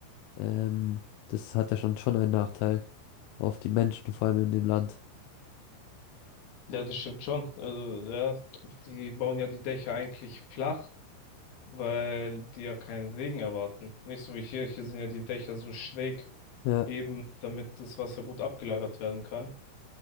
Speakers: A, on the left; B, on the left.
A: Ähm, das hat ja schon schon einen Nachteil auf die Menschen, vor allem in dem Land.
B: ja, das stimmt schon. Also, ja, die bauen ja die Dächer eigentlich flach. weil die ja keinen Regen erwarten. Nicht so wie hier, hier sind ja die Dächer so schräg,
A: Ja,
B: eben damit das Wasser gut abgelagert werden kann.